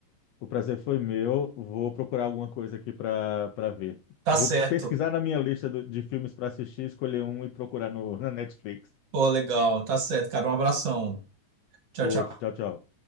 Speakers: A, on the left; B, on the right.
A: O prazer foi meu. Vou procurar alguma coisa aqui para para ver.
B: Tá
A: Vou
B: certo.
A: pesquisar na minha lista do- de filmes para assistir, escolher um e procurar no, na Netflix.
B: Pô, legal, tá certo, cara. Um abração. Tchau,
A: Outro.
B: tchau.
A: Tchau, tchau.